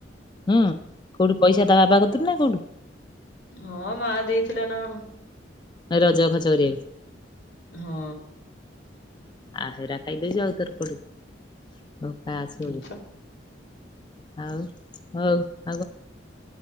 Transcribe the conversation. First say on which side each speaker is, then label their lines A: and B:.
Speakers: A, on the left; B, on the left.
A: ହଁ କୋଉଠୁ ପଇସା ତା ବାବା କତିରୁ ନା
B: ହଁ ମା ଦେଇଥିଲ ନା
A: ଆ ରଜ ଖର୍ଚ୍ଚ କରିବା
B: ହଁ।
A: ଆ ହେରା ଖାଇଦେଉଚୁ ଆଉ ତୋର କୁଆଡୁ ହଉ କାଛିବ
B: ହଁ ପା।
A: ଆଉ ହଉ। <unintelligible>